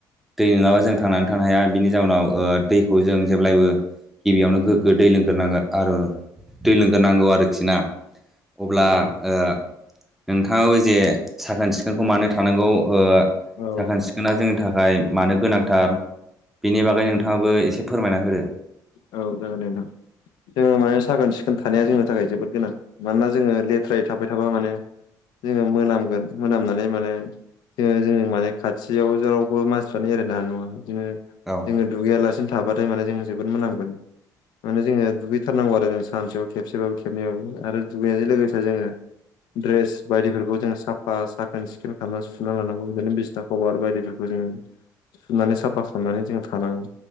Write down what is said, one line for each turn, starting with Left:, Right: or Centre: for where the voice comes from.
Centre: दै नङाबा जों थांनानै थानो हाया बिनि जाउनाव दैखौ जों जेब्लायबो गिबियावनो गोग्गो दै लोंग्रोनांगौ आरो दै लोंग्रोनांगौ आरोखिना। अब्ला
Left: औ
Centre: नोंथाङाबो जे साखोन सिखोनखौ मानो थानांगौ
Left: औ
Centre: साखोन सिखोना जोंनि थाखाय मानो गोनां थार बिनि बागै नोंथाङाबो एसे फोरमायना होदो
Left: औ जागोन दे नोंथां जोङो माने साखोन सिखोन थानाया जोंनि थाखाय जोबोद गोनां। मानोना जोङो लेथ्रायै थाबाय थाबा माने जोङो मोनामगोन। मोनामनानै माने जोङो जों माने खाथियाव रावबो मानसिफ्रानो एरायनो हानाय नङा। बिदिनो
Centre: औ
Left: जोङो दुगैयालासिनो थाबाथाय माने जों जोबोद मोनामगोन। माने जोङो दुगैथारनांगौ आरो जों सानसेयाव खेबसेबाबो खेबनैबाबो आरो दुगैनायजों लोगोसे जोङो द्रेस बायदिफोरखौ जोंङो साफफा साखोन सिखोन खालामना सुना लानांगौ बिदिनो बिसना खबार बायदिफोरखौ सुनानै साफा खालामनानै जों थानांगौ